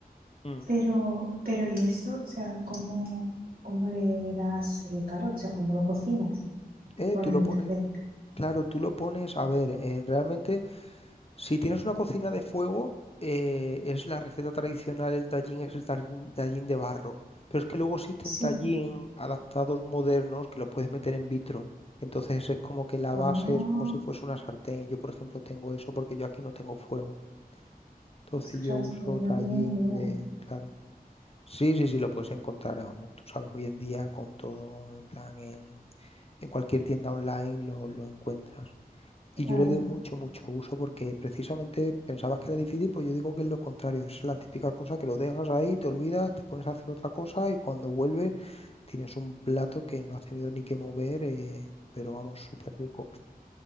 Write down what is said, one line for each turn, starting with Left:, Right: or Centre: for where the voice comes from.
Left: Mm.
Right: Pero, pero ¿y esto? O sea, ¿cómo, cómo le das el calor? O sea, ¿cómo lo cocinas
Left: Eh,
Right: con
Left: tú
Right: el
Left: lo pones,
Right: rep?
Left: claro, tú lo pones, a ver, eh, realmente Si tienes una cocina de fuego, eh, es la receta tradicional, el tallín es el tar- tallín de barro. Pero es que luego existen
Right: Sí.
Left: tallín adaptados modernos que los puedes meter en vitro. Entonces es como que la
Right: Ah,
Left: base es como si fuese una sartén. Yo, por ejemplo, tengo eso porque yo aquí no tengo fuego. Entonces
Right: ostras,
Left: yo uso
Right: pues no
Left: tallín
Right: tenía ni idea.
Left: de... Claro. Sí, sí, sí, lo puedes encontrar, vamos. Tú sabes, hoy en día con todo, en plan, en, en cualquier tienda online lo, lo encuentras.
Right: Claro,
Left: Y yo le doy mucho, mucho uso porque precisamente pensabas que era difícil, pues yo digo que es lo contrario, es la típica cosa que lo dejas ahí, te olvidas, te pones a hacer otra cosa y cuando vuelves tienes un plato que no has tenido ni que mover, eh, pero vamos, súper rico.